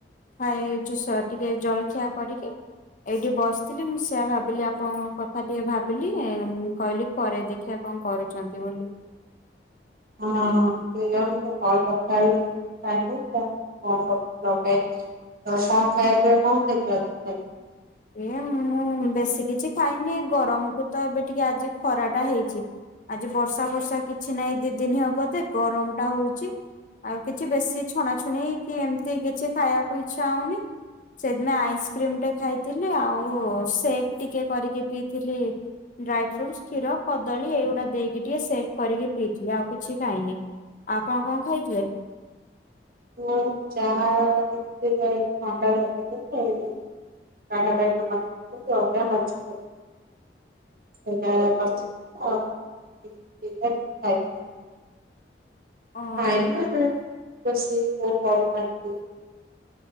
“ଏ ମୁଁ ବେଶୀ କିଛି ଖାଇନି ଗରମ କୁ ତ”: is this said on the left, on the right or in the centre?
Left